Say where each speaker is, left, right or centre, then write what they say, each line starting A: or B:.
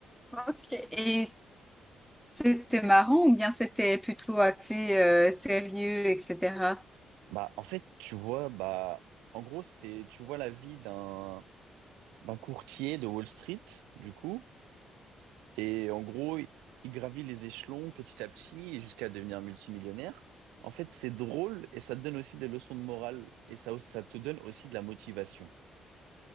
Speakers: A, in the centre; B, on the right (about 70°).
A: OK. Et c- c'était marrant ou bien c'était plutôt axé euh, sérieux, etc.
B: Bah, en fait, tu vois, bah, en gros, c'est, tu vois la vie d'un d'un courtier de Wall Street, du coup, et en gros, il il gravit les échelons petit à petit et jusqu'à devenir multimillionnaire. En fait, c'est drôle et ça te donne aussi des leçons de morale et ça, aussi- ça te donne aussi de la motivation.